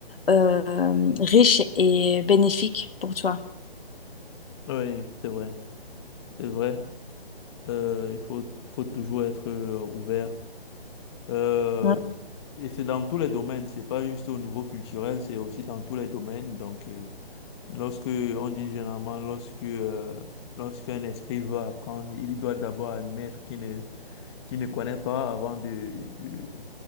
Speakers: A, on the left (about 65°); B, on the left (about 25°).
A: euh, riche et bénéfique pour toi.
B: Oui, c'est vrai. C'est vrai. Euh, il faut, il faut toujours être euh, ouvert. Euh,
A: Ouais.
B: et c'est dans tous les domaines, c'est pas juste au niveau culturel, c'est aussi dans tous les domaines. Donc, euh, lorsque on dit généralement, lorsque euh, lorsqu'un esprit veut apprendre, il doit d'abord admettre qu'il ne qu'il ne connaît pas avant de, de-